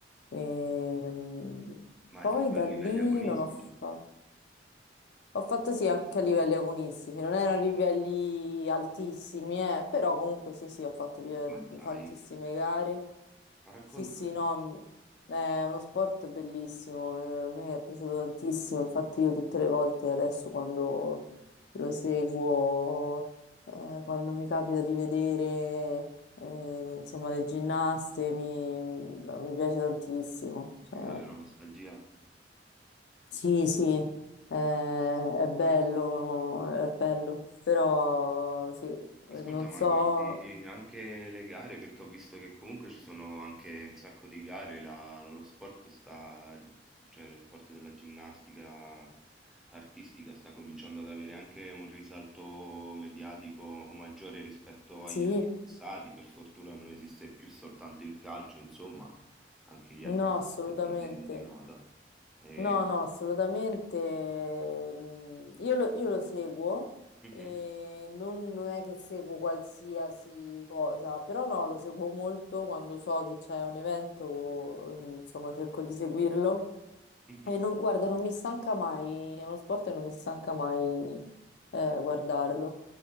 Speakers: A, on the left (about 65°); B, in the centre.
A: E, mm,
B: ma
A: poi
B: hai fatto
A: da
B: a livelli
A: lì
B: agonistici?
A: non ho fatto... Ho fatto sì anche a livelli agonistici, non erano livelli altissimi, eh, però comunque sì, sì, ho fatto di-
B: Ma dai,
A: tantissime gare.
B: ma raccontami,
A: Sì, sì, no, m- è uno sport bellissimo, eh, a me è piaciuto tantissimo, infatti io tutte le volte adesso quando lo seguo, eh, quando mi capita di vedere, eh, insomma, le ginnaste, mi, mi piace tantissimo. Cioè,
B: ti sale la nostalgia.
A: sì, sì, eh, è bello, è bello, però sì, eh,
B: Ascolta,
A: non
B: ma
A: so,
B: guardi anche le gare perché ho visto che comunque ci sono anche un sacco di gare, la- lo sport sta, cioè lo sport della ginnastica artistica sta cominciando ad avere anche un risalto mediatico maggiore rispetto
A: sì,
B: agli anni passati, per fortuna non esiste più soltanto il calcio, insomma, anche gli altri
A: no,
B: sport
A: assolutamente,
B: sono degni di nota. E-
A: no, no, assolutamente, mm, io lo, io lo seguo
B: Mhm,
A: e non, non è che seguo qualsiasi cosa, però no, lo seguo molto quando so che c'è un evento, mm, insomma, cerco di seguirlo.
B: mhm.
A: E non- guarda, non mi stanca mai, è uno sport e non mi stanca mai eh, guardarlo.